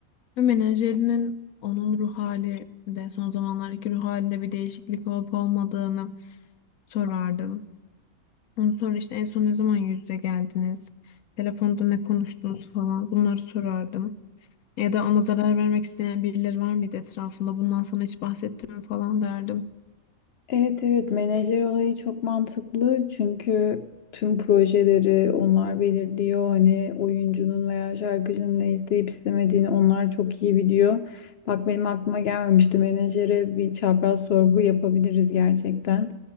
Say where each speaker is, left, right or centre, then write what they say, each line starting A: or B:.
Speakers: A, on the left (about 80°); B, on the left (about 65°).
A: Ve menajerinin onun ruh hali de son zamanlardaki ruh halinde bir değişiklik olup olmadığını sorardım. Ondan sonra işte en son ne zaman yüz yüze geldiniz? Telefonda ne konuştunuz falan bunları sorardım. Ya da ona zarar vermek isteyen birileri var mıydı etrafında? Bundan sana hiç bahsettim mi falan derdim.
B: Evet evet menajer olayı çok mantıklı çünkü tüm projeleri onlar belirliyor. Hani oyuncunun veya şarkıcının ne isteyip istemediğini onlar çok iyi biliyor. Bak benim aklıma gelmemişti menajere bir çapraz sorgu yapabiliriz gerçekten.